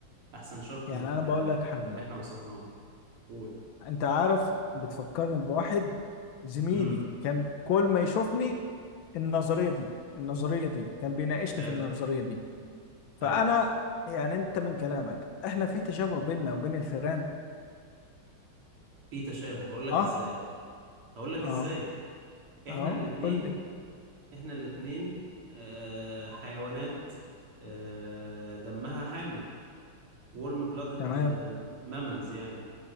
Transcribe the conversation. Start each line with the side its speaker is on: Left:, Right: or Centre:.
Right: احسن شرح
Left: يعني
Right: لل
Left: أنا بقول لك حاجة
Right: اللي احنا وصلنا له قول
Left: أنت عارف بتفكرني بواحد زميلي
Right: امم
Left: كان كل ما يشوفني النظرية دي النظرية دي كان بيناقشني
Right: حلو
Left: في النظرية دي فانا
Right: حلو
Left: يعني انت من كلامك احنا في تشابه بيننا وبين الفئران
Right: في تشابه هقول لك
Left: اه
Right: ازاي هقول لك
Left: اه
Right: ازاي
Left: اه
Right: احنا الاتنين
Left: قول لي
Right: احنا الاتنين آه حيوانات آه دمها حامي ورم بلادد
Left: تمام
Right: ماملز يعني